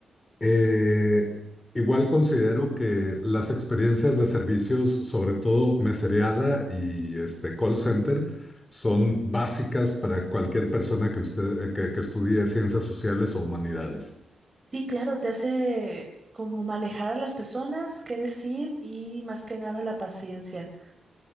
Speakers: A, on the left; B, on the right.
A: Eh, igual considero que las experiencias de servicios, sobre todo mesereada y este call center, son básicas para cualquier persona que usted eh, que, que estudie ciencias sociales o humanidades.
B: Sí, claro, te hace como manejar a las personas, qué decir y más que nada la paciencia.